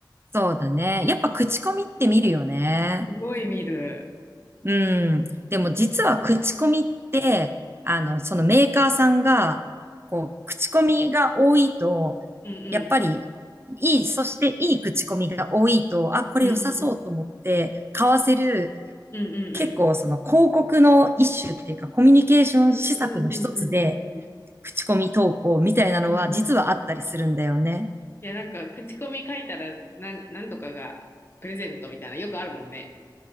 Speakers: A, on the right; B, on the left.
A: そうだね。やっぱ口コミって見るよね。
B: すごい見る。
A: うん。でも実は口コミって、あの、そのメーカーさんが、こう、口コミが多いと、
B: うんうん。
A: やっぱり、いい、そしていい口コミが多いと、あ、これ良さそうと思って、
B: うんうんうんうん。
A: 買わせる、
B: うんうんうん
A: 結構その広告の一種っていうか、コミュニケーション施策の一つで、
B: うんうんうんうん。
A: 口コミ投稿みたいなのは実はあったりするんだよね。
B: うんうん。いや、なんか、口コミ書いたら、なん、なんとかがプレゼントみたいな、よくあるもんね。